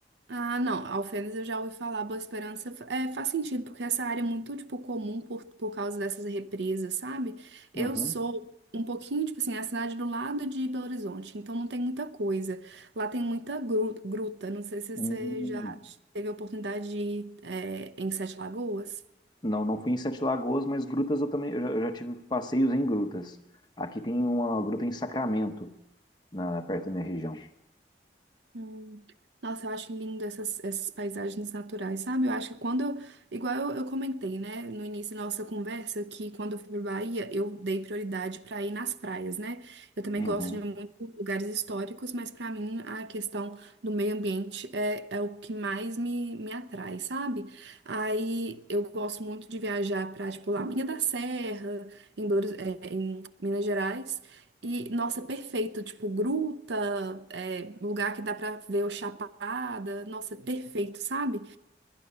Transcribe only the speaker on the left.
Uhum.
Hum.
Não, não fui em Sete Lagoas, mas grutas eu também eu já, eu já tive passeios em grutas. Aqui tem uma gruta em Sacramento, na, perto da minha região.
Uhum.